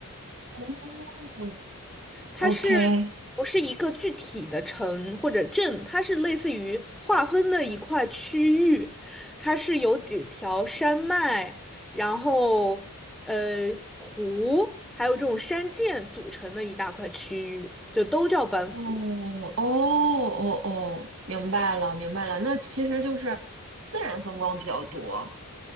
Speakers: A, on the right; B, in the centre.
A: 哦
B: 它是
A: OK，
B: 不是一个具体的城或者镇？它是类似于划分的一块区域，它是有几条山脉，然后呃湖，还有这种山涧组成的一大块区域，就都叫班夫。
A: 哦哦哦哦，明白了明白了。那其实就是自然风光比较多